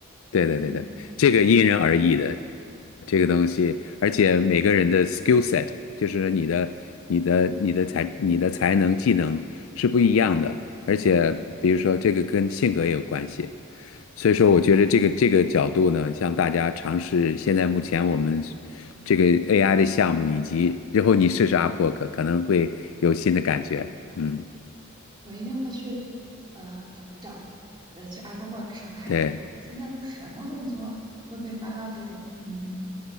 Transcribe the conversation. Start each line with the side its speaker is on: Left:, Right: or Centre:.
Left: 对对对对，
Right: 嗯，
Left: 这个因人而异的，这个东西，而且每个人的 skill set，就是你的、你的、你的才、你的才能、技能是不一样的，而且比如说这个跟性格也有关系，所以说我觉得这个这个角度呢，向大家尝试现在目前我们这个 AI 的项目，以及之后你试试 Upwork，可能会有新的感觉。嗯，
Right: 我一定会去呃找一找的，呃去 Apple Work 上看一看，
Left: 对
Right: 现在都什么工作会被发到这种嗯